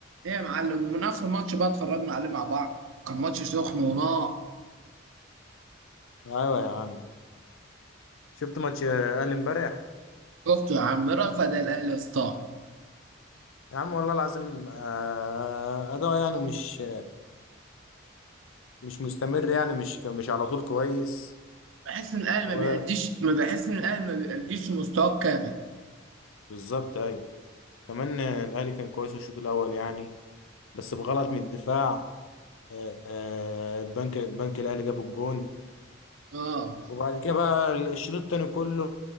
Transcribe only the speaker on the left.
ايوه يا عم شفت ماتش الاهلي امبارح
يا عم والله العظيم آه، اداء يعني مش مش مستمر يعني مش مش على طول كويس
و...
بالظبط ايوه كمان آه، الاهلي كان كويس في الشوط الاول يعني بس بغلط من الدفاع آه، آه، البنك البنك الاهلي جاب الجون
وبعد كده بقى الشوط التاني كله